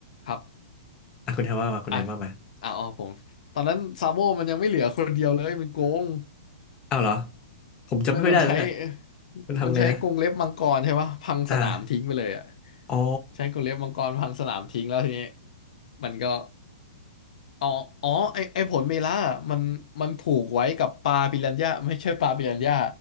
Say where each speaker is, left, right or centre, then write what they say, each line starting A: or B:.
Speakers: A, on the left; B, on the left.
A: ครับ
B: อ่ะคุณแทนว่ามาคุณแทนว่ามา
A: อ่ะอ่ะอ๋อผมตอนนั้นซาโบมันยังไม่เหลือคนเดียวเลยมันโกง
B: อ้าวเหรอผมจำไม่ค่อยได้แล้วเนี่ย
A: มันมันใช้
B: มันทำไงนะ
A: มันใช้กรงเล็บมังกรใช่ปะพังสนามทิ้งไปเลยอ่ะ
B: อ่าอ๋อ
A: ใช้กรงเล็บมังกรพังสนามทิ้งแล้วทีนี้มันก็อ๋ออ๋อไอไอผลเมล่าอะมันมันผูกไว้กับปลาปิรันย่าไม่ใช่ปลาปิรันย่า